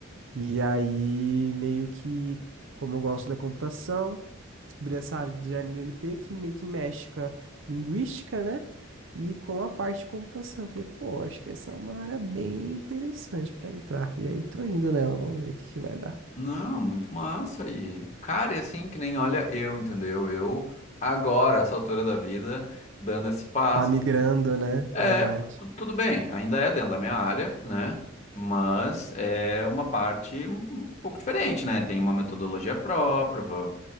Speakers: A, on the right (about 60°); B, on the left (about 35°).
A: E aí, meio que, como eu gosto da computação, descobri essa área de NLP que meio que mexe com a linguística, né? E com a parte de computação. Eu Falei, pô, acho que essa é uma área bem interessante para entrar. E aí, tô indo nela, vamos ver o que que vai dar.
B: Não, muito massa. E, cara, é assim que nem olha eu, entendeu? Eu agora, essa altura da vida, dando esse passo.
A: Tá migrando, né?
B: É,
A: Verdade.
B: tu- tudo bem, ainda é dentro da minha área, né? Mas é uma parte um um pouco diferente, né? Tem uma metodologia própria, vou